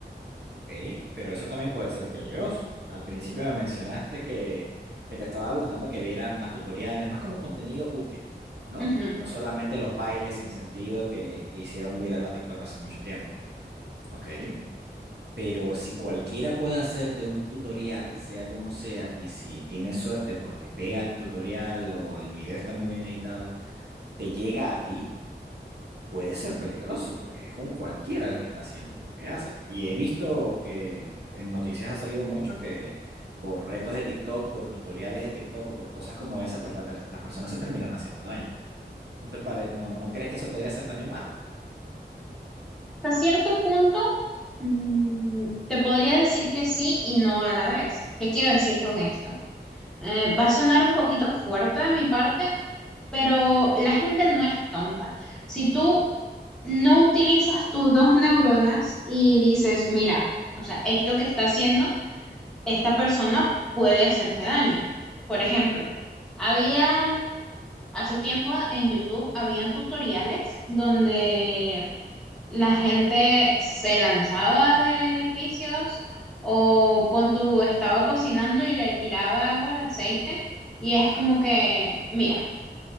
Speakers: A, on the right; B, in the centre.
A: Ok, pero eso también puede ser peligroso. Al principio me mencionaste que, que te estaba gustando que vieras más tutoriales, más como contenido útil, ¿no?
B: Ujú.
A: No solamente los bailes sin sentido que, que hicieron viral a TikTok hace mucho tiempo. Ok. Pero si cualquiera puede hacerte un tutorial, sea como sea, y si tienes suerte porque pega el tutorial o el video está muy bien editado, te llega a ti, puede ser peligroso porque es un cualquiera el que está haciendo lo que hace. Y he visto que en noticias ha salido mucho que por retos de TikTok, por tutoriales de TikTok o por cosas como esa, pues la ter- las personas se terminan haciendo daño. ¿No te pare- no, no crees que eso podría ser también malo?
B: Hasta cierto punto, mm, te podría decir que sí y no a la vez. ¿Qué quiero decir con esto? Eh, va a sonar un poquito fuerte de mi parte, pero la gente no es tonta. Si tú no utilizas tus dos neuronas y dices, mira, o sea, esto que está haciendo esta persona puede hacerte daño. Por ejemplo, había, mm, hace tiempo en YouTube, habían tutoriales donde la gente se lanzaba de edificios o pon tú, estaba cocinando y le tiraba agua al aceite y es como que, mira,